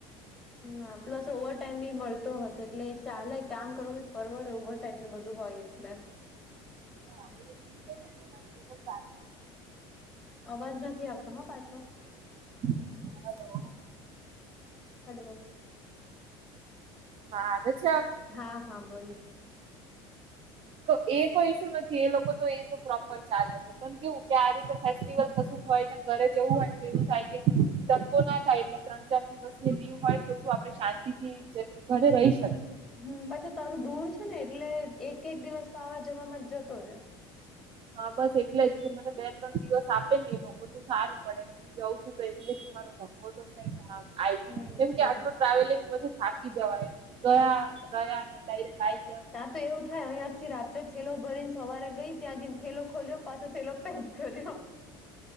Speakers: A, in the centre; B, on the right (about 50°).
A: હ પ્લસ ઓવર ટાઇમ બી મળતો હશે, એટલે એ ચાલે કામ કરવું બી પરવડે ઓવર. ટાઈમ ને બધું હોય એટલે,
B: <unintelligible> તો સારું. ુ
A: અવાજ નથી આવતો હ પાછો,
B: હલો.. ઓ
A: હલો.
B: હા આવે છે હવે.
A: હા. હા. બોલો.
B: તો એ કોઈ ઇસ્યુ નથી, એ લોકો તો એ તો પ્રોપર ચાલે જ. પણ કેવું કે આ રીતે ફેસ્ટિવલ કશું ક હોયને ઘરે જવું હોય ને તો એવું થાય કે, <unintelligible> ના થાય એટલે ત્રણ ચાર દિવસ ની લીવ હોય તો શું આપણે શાંતિ થી ઘરે રહી શકીએ
A: હમ્મ પછી તારું દૂર છે ને એટલે એક એક દિવસ તો આવા જવામાં જ જતો રહેે.
B: હા બસ એટલે જ, કે મને બે ત્રણ દિવસ આપે ને એ લોકો તો સારું પડે. જઉં છું તો એટલિસ્ટ મારો ધક્કો તો છે કે હા. આય
A: એજ
B: કેમ કે આટલું
A: એજ
B: ટ્રાવેલિંગ પછી થાકી જવાય ગયા ગયા અને ડાયરેક્ટ આવી.
A: ત્યાં તો એવું થાય, અહિયાં થી રાત્રે થેલો ભરીને સવારે ગઈ ત્યાં જેને થેલો ખોલ્યો, પાછો થેલો પેક. કર્યો.